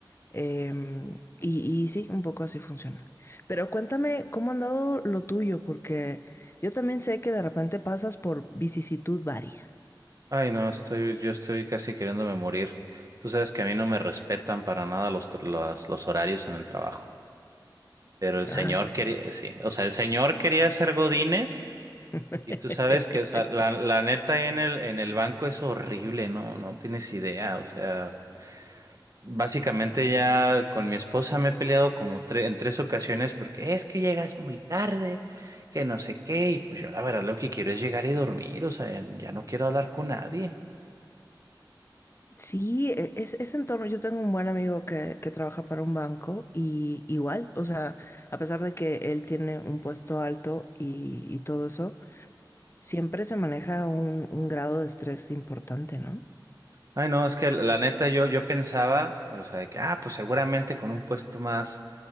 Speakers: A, on the left; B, on the right.
A: Em, y, y sí, un poco así funciona. Pero cuéntame cómo han dado lo tuyo, porque yo también sé que de repente pasas por vicisitud varia.
B: Ay, no, estoy, yo estoy casi queriéndome morir. Tú sabes que a mí no me respetan para nada los, tra- las- los horarios en el trabajo. Pero el señor
A: Ay, sí.
B: quería, eh, sí, o sea, el señor quería ser godines
A: <laughs>
B: y tú sabes que, o sea, la, la neta ahí en el, en el banco es horrible, ¿no? No tienes idea, o sea. Básicamente ya con mi esposa me he peleado como tre- en tres ocasiones porque es que llegas muy tarde, que no sé qué, y pues yo la verdad lo que quiero es llegar y dormir, o sea, ya no quiero hablar con nadie.
A: Sí, e- es, ese entorno. Yo tengo un buen amigo que, que trabaja para un banco y igual, o sea, a pesar de que él tiene un puesto alto y, y todo eso, siempre se maneja un, un grado de estrés importante, ¿no?
B: Ay, no, es que la neta yo, yo pensaba, o sea, de que, ah, pues seguramente con un puesto más,